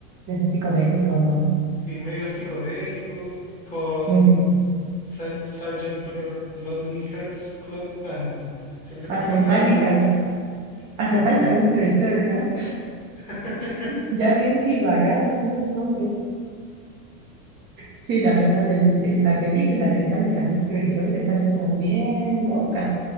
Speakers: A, on the right; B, on the left.
A: De lo psicodélico, ¿no?
B: sí, medio psicodélico, con...
A: Mm,
B: Sa- Sgt. Pepper Lonely Hearts Club Band. Siempre
A: hasta
B: me cuesta
A: el Magical,
B: cómo pronunciar.
A: hasta
B: Sí.
A: el Magical Mister Tour, ¿no?
B: <laughs>
A: <laughs> Ya bien divagado, ¿no? eres hombre. Sí, la verdad, en, en la película del Mágica Disco de Chole está así como bien loca.